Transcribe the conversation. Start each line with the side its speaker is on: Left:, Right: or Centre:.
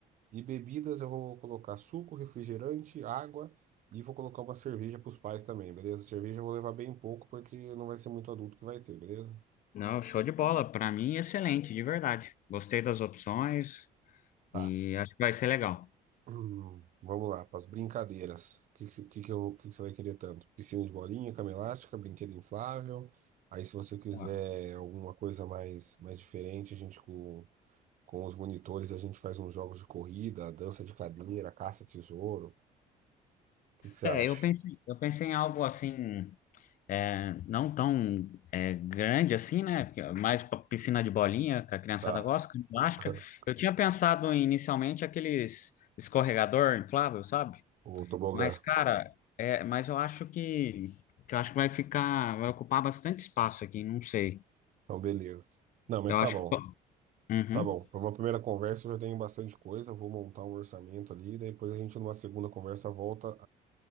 Right: E bebidas eu vou colocar suco, refrigerante, água e vou colocar uma cerveja para os pais também, beleza? Cerveja eu vou levar bem pouco porque não vai ser muito adulto que vai ter, beleza?
Left: Não, show de bola. Para mim, excelente, de verdade. Gostei das opções.
Right: Tá.
Left: E acho que vai ser legal.
Right: Hum, vamos lá, para as brincadeiras. O que, que, que, que, eu, que, que você vai querer tanto? Piscina de bolinha, cama elástica, brinquedo inflável. Aí, se você quiser
Left: Ó.
Right: alguma coisa mais, mais diferente, a gente com, com os monitores, a gente faz uns jogos de corrida, dança de cadeira, caça-tesouro. O que, que você
Left: É,
Right: acha?
Left: eu pensei, eu pensei em algo assim, é, não tão é, grande assim, né? Mais pra piscina de bolinha, que a criançada
Right: Tá,
Left: gosta, com elástica.
Right: <laughs> c-
Left: Eu tinha pensado inicialmente aqueles escorregador inflável, sabe?
Right: o tobogã.
Left: Mas, cara, é, mas eu acho que, que eu acho que vai ficar, vai ocupar bastante espaço aqui, não sei.
Right: Então, beleza. Não, mas
Left: Eu
Right: tá
Left: acho
Right: bom.
Left: que. Uhum.
Right: Tá bom. Para uma primeira conversa, eu já tenho bastante coisa. Eu Vou montar um orçamento ali. Daí Depois, a gente, numa segunda conversa, volta